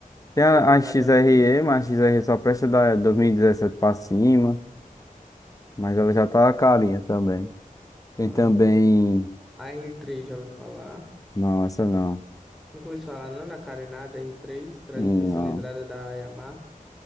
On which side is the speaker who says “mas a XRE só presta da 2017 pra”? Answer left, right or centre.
Left